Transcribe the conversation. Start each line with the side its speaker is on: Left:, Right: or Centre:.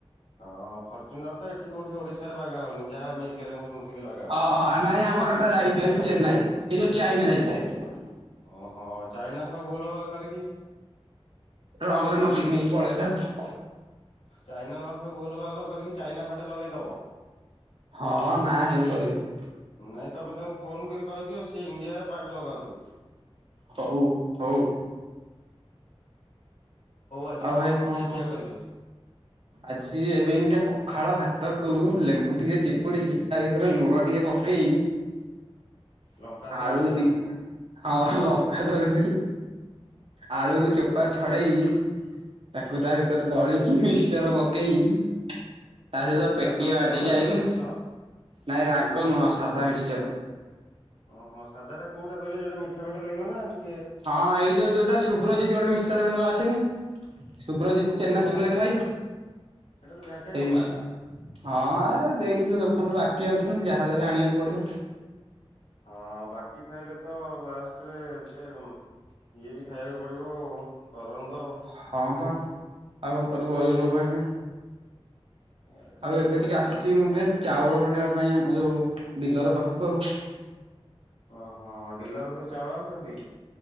Left: ହଁ ଫର୍ଚୁନର ତ ଏଠି କୋଉଠି ଓଡିଶାରେ ବାଗା ହଉନି। ଯାହା ଆମେରିକାରେ ମୁଁ ଶୁଣୁଥିଲି ବାଗା ହଉଛି।
Right: ହଁ ନାଇଁ ଆମର ଏଟା ଯାଇଛି ଚେନ୍ନାଇ ଏଇ ଯୋଉ ଚାଇନା ଯାଇଛି ହାରି।
Left: ଓହୋ ଚାଇନା ସବୁ ଭୁଲ ଭାଲ କରିକି
Right: ଟ୍ରକରେ ନଦୀକି ନେଇକି ପଳେଇଲେ ଆଉ
Left: ଚାଇନା ନହେଲେ ସବୁ ଭୁଲ ଭଲ କରିକି ଚାଇନା ପାଠ ଲଗେଇଦବ
Right: ହଁ ନା ହେନ୍ତି କରିବେନି।
Left: ନାଇଁ ତୁମେ ତାଙ୍କୁ ଫୋନ୍ କରି କହିଦିଅ ସେ ଇଣ୍ଡିଆ ପାର୍ଟ ଲଗାନ୍ତୁ।
Right: ହଉ ହଉ।
Left: ଆଜି
Right: ଆଉ ଭାଇ କଣ
Left: ଖିଆ ପିଆ
Right: କୁହ
Left: କରିବେ?
Right: ଆଜି ଏବେ ଏଇନିକା ପଖାଳ ଭାତକୁ ଲେମ୍ବୁ ଟିକେ ଚିପୁଡିକି ତା ଭିତରେ ଲୁଣ ଟିକେ ପକେଇ
Left: ଲଙ୍କା ତ
Right: ଆଳୁ
Left: ଦଳିବେ
Right: ଦି
Left: ଯାହାହେଲେ
Right: ହଁ ଲଙ୍କା ଦଳିବି ଆଳୁରୁ ଚୋପା ଛଡେଇ ତାକୁ
Left: ହୁଁ
Right: ତା ଭିତରେ ଦଳିକି ମିିକ୍ଚର ପକେଇ ତା
Left: ହୁଁ
Right: ସହିତ ପେଟିଏ
Left: ରାଗ ମିଶ୍ରଣ
Right: ବାଡିକି
Left: ନା
Right: ଆଇଲି
Left: ସାଧା ମିଶ୍ରଣ?
Right: ନାଇଁ ରାଗ ନୁହଁ ସାଧା ମିଶ୍ଚର।
Left: ଓହୋ ସାଧା ଟା କଉଟା କହିଲେ ଯଉଟା ମିଠା ମିଠା ଲାଗିବ ନା ଟି
Right: ହଁ ଏଇ ଯୋଉ ଯୋଉଟା ସୁୁବ୍ରଜିତ ଗୋଟେ ମିଶର ନୂଆ ଆସେନି। ସୁୁବ୍ରଜିତ
Left: ଓହୋ
Right: ଚେନାଚୁର ଲେଖାହେଇନି।
Left: ସେଟା ତ ଝାଟିଆ
Right: ସେଇ
Left: କମ୍ପାନୀ
Right: ମିଶ୍ଚର୍
Left: ଟା।
Right: ହଁ ଦେଇ ଦୋକାନରୁ ବାକି ଆଣୁଛନ୍ତି ଯାହା ଦେବେ ଆଣିବାକୁ ପଡିବ।
Left: ହଁ ବାକି ଖାଇଲେ ତ ଲାଷ୍ଟ ରେ ସେ ଇଏ ବି ଖାଇବାକୁ ପଡିବ ଆଉ କରନ୍ଦ ଆଉ।
Right: ହଁ ତ ଆଉ କଣ କରିବୁ ଗରିବ ଲୋକ ଆଜ୍ଞା।
Left: ଆଜିକାଲି
Right: ଆଉ ଏବେ
Left: ତ ଗରିବ
Right: ଟିକେ ଆସିଛି
Left: ଲୋକ
Right: ମୁଁ ଟିକେ ଚାଉଳଟା ନେବା ପାଇଁ ଆଉ ଆ ଯୋଉ ଡିଲର ପାଖକୁ ଆଉ
Left: ଓହୋ ଡିଲର କଥିରେ ଚାଉଳ ଆଣୁଛନ୍ତି?